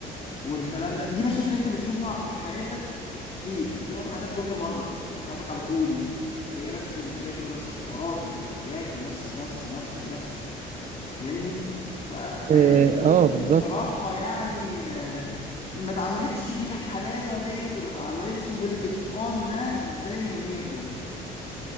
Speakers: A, on the left (about 35°); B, on the right (about 50°).
A: والكلام ده دي مشاكل انت بتشوفها في حياتك كتير بتشوفها في حياتك كل مرة بتشوفها في حياتك على طول هي نفس المشاكل ونفس الحوارات ونفس الحاجات ونفس ونفس ونفس ونفس فاهمني ف... فهي
B: اه
A: الحاجات
B: آه،
A: دي
B: بالظبط
A: بصراحة يعني آه، ما اتعملتش بالحلاوة ديت وما اتعملتش بالإتقان ده زي ما هي بجد